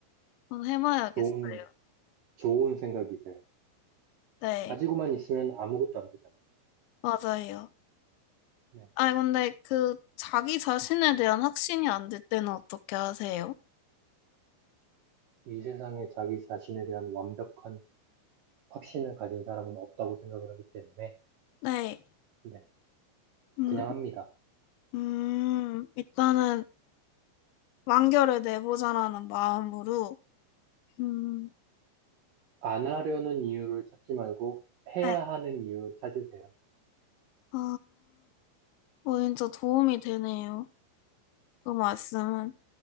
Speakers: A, on the left; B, on the right.
A: 한번 해봐야겠어요
B: 좋은, 좋은 생각이세요.
A: 네
B: 가지고만 있으면 아무것도 안 되잖아요.
A: 맞아요
B: 네.
A: 아니, 근데 그 자기 자신에 대한 확신이 안 될 때는 어떻게 하세요?
B: 이 세상에 자기 자신에 대한 완벽한 확신을 가진 사람은 없다고 생각을 하기 때문에,
A: 네.
B: 네.
A: 음,
B: 그냥 합니다.
A: 음, 일단은 완결을 내보자라는 마음으로, 음,
B: 안 하려는 이유를 찾지 말고, 해야
A: 네.
B: 하는 이유를 찾으세요.
A: 아, 어, 진짜 도움이 되네요. 그 말씀은.